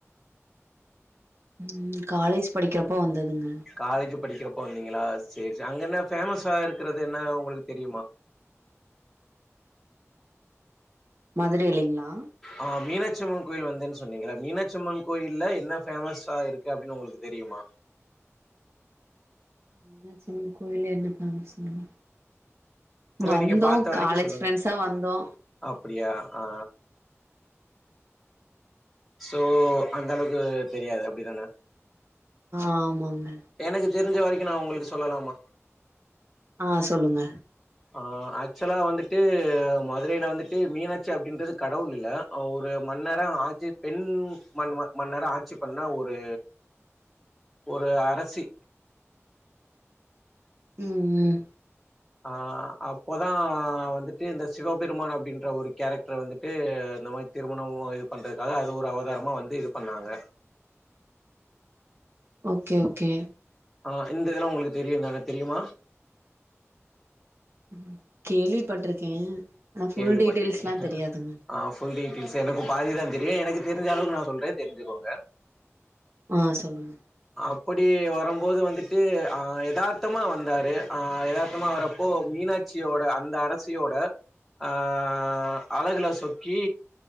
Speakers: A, in the centre; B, on the right.
A: <inaudible>
B: ம் காலேஜ் படிக்கறப்போ வந்ததுங்க
A: காலேஜ் படிக்கறப்போ வந்தீங்களா சேரி சரி அங்க என்ன ஃபேமஸா இருக்கறது என்ன உங்களுக்கு தெரியுமா
B: மதுரைலிங்ளா
A: ஆ மீனாட்சியம்மன் கோயில் வந்தேன்னு சொன்னீங்கல்ல மீனாட்சியம்மன் கோயில்ல என்ன ஃபேமஸா இருக்கு அப்டின்னு உங்களுக்கு தெரியுமா
B: மீனாட்சி அம்மன் கோயில்ல என்ன ஃபேமஸ்சுங்க
A: இல்ல
B: வந்தோ
A: நீங்க பாத்த வரைக்கு
B: காலேஜ்
A: சொல்லுங்க
B: ஃப்ரெண்ட்ஸா வந்தோ
A: அப்டியா ஆ சோ அந்த அளவுக்கு தெரியாது அப்டிதான
B: ஆமாங்க
A: எனக்கு தெரிஞ்ச வரைக்கு நா உங்களுக்கு சொல்லலாமா
B: ஆ சொல்லுங்க
A: ஆ ஆக்சுவலா வந்துட்டு மதுரைல வந்துட்டு மீனாட்சி அப்டின்றது கடவுள் இல்ல அ ஒரு மன்னரா ஆட்சி பெண் மன் மன்னரா ஆட்சி பண்ண ஒரு ஒரு அரசி
B: ம் ம்
A: ஆ அப்போதா வந்துட்டு இந்த சிவாபெருமான் அப்படின்ற ஒரு கேரக்டர் வந்துட்டு இந்த மாரி திருமணோ இது பண்றதுக்காக அது ஒரு அவதாரமா வந்து இது பண்ணாங்க
B: ஓகே ஓகே
A: ஆ இந்த இதல்லா உங்களுக்கு தெரியுந் தான தெரியுமா
B: ம் கேள்விப்பட்ருக்கே ஆனா ஃபுல்
A: கேள்விப்பட்டிருக்கீங்க
B: டிட்டெய்ல்ஸ்லா தெரியாதுங்க
A: ஆ ஃபுல் டிடைல்ஸ் எனக்கும் பாதி தா தெரியு எனக்கு தெரிஞ்சளவுக்கு நா சொல்ற தெரிஞ்சுக்கோங்க
B: ஆ சொல்லுங்க
A: அப்படி வரும்போது வந்துட்டு ஆ எதார்த்தமா வந்தாரு அ எதார்த்தமா வரப்போ மீனாட் ச்சியோட அந்த அரசியோட ஆ அழகுல சொக்கி